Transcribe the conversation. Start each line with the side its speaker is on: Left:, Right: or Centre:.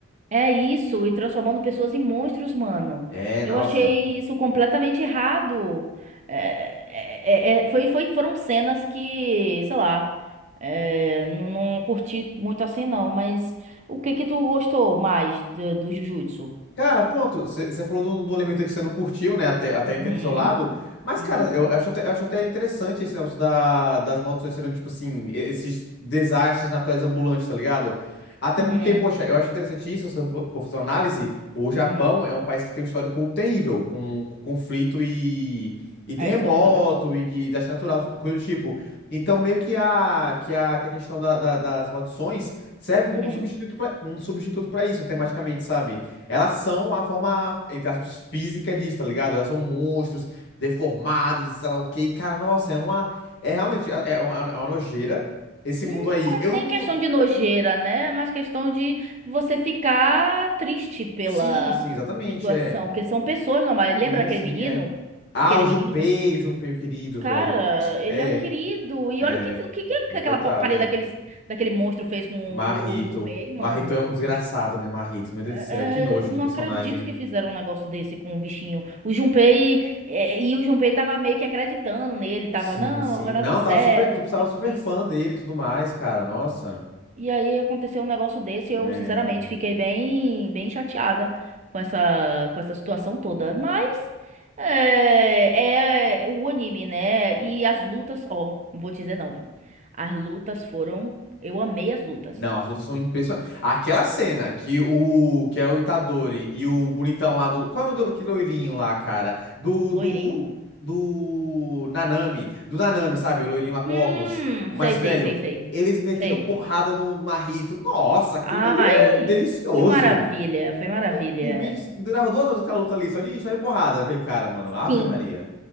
Right: É isso, e transformando pessoas em monstros, mano.
Left: É,
Right: Eu
Left: nossa.
Right: achei isso completamente errado. É, é, é, é, foi, foi, foram cenas que, sei lá, é, não, não curti muito assim, não. Mas o que que tu gostou mais do, do Jujutsu?
Left: Cara, pronto, você falou de um de um elemento aí que você não curtiu, né? Até, até
Right: Uhum,
Left: entendo do seu lado. Mas,
Right: uhum,
Left: cara, eu acho até, eu acho até interessante esse negócio da, das maldições sendo, tipo assim, e- esses desastres naturais ambulantes, tá ligado? Até
Right: uhum,
Left: porque, poxa, eu acho interessante isso, se eu for for fazer uma análise, o Japão
Right: uhum.
Left: é um país que tem um histórico terrível, com, com conflito e, e terremoto
Right: É isso, é verdade.
Left: e, e desastre natural, coisa do tipo. Então, meio que a, que a, que a questão da- da- das maldições serve como
Right: Uhum.
Left: um substituto pra, um substituto para isso, tematicamente, sabe? Elas são a forma, entre aspas, física disso, tá ligado? Elas são monstros, deformados, e sei lá o quê. E, cara, nossa, é uma. É realmente. É é uma, é uma nojeira esse
Right: Hum,
Left: mundo aí.
Right: Não é
Left: Eu.
Right: nem
Left: nu-
Right: questão de nojeira, né? É mais questão de você ficar triste pela
Left: Sim, sim, exatamente,
Right: situação,
Left: é.
Right: porque são pessoas normais. Lembra
Left: Sim,
Right: daquele
Left: sim,
Right: menino?
Left: é. Ah,
Right: Aquele
Left: o Junpei,
Right: menino?
Left: o Junpei querido,
Right: Cara,
Left: velho.
Right: ele
Left: É,
Right: é um querido. E
Left: é.
Right: olha o que, o que, que aquela
Left: Coitado,
Right: porcaria
Left: é.
Right: daquele, daquele monstro fez com
Left: Marrito.
Right: o, o Junpei, mano.
Left: Marrito é um desgraçado, né, Marrito? Meu Deus
Right: É,
Left: do céu, que nojo
Right: é, não
Left: de personagem.
Right: acredito que fizeram um negócio desse com o bichinho. O Junpei, é, e o Junpei tava meio que acreditando nele, tava,
Left: Sim,
Right: não,
Left: sim.
Right: vai dar
Left: Não,
Right: tudo certo,
Left: tava super. Tu precisava
Right: isso aqui.
Left: super fã dele e tudo mais, cara. Nossa.
Right: E aí aconteceu um negócio desse, e eu
Left: É.
Right: sinceramente fiquei bem, bem chateada com essa, com essa situação toda. Mas é, é o anime, né? E as lutas, ó, não vou te dizer não. viu? As lutas foram, eu amei as lutas.
Left: Não, as lutas são impressionantes. Aquela cena que o que é o Itadori e o bonitão lá do. Qual é o nome do que loirinho lá, cara? Do,
Right: Loirinho?
Left: do. Do. Nanami. Do Nanami, sabe? O loirinho lá com
Right: Hum,
Left: óculos. O mais
Right: sei,
Left: velho.
Right: sei, sei, sei.
Left: Eles metendo
Right: Sei.
Left: porrada no Marrito. Nossa, aquilo
Right: Ai,
Left: dali é delicioso.
Right: foi maravilha, foi maravilha.
Left: Por por mim, durava duas horas aquela luta ali, só de, só de porrada naquele cara, mano. Ave
Right: Sim.
Left: Maria.